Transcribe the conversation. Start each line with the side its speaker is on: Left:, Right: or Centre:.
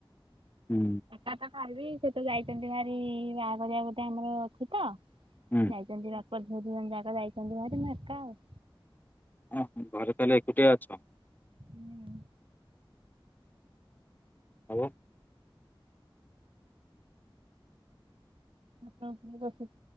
Left: ହୁଁ।
Right: ଏକା ତ ଖାଇବି ସେ ତ ଯାଇଛନ୍ତି ଭାରି ବାହାଘରି ଆ ଗୋଟେ ଆମର ଅଛି ତ।
Left: ହୁଁ।
Right: ଯାଇଛନ୍ତି ବାପ, ଝୁଅ ଦି ଜଣ ଯାକ ଯାଇଛନ୍ତି ଭାରି ମୁଁ ଏକା ଆଉ।
Left: ଓ ଘରେ ତାହେଲେ ଏକୁଟିଆ ଅଛ।
Right: ଉଁ।
Left: ହଉ।
Right: ଆପଣ ଫୁଲ ଦେଖୁଛୁ।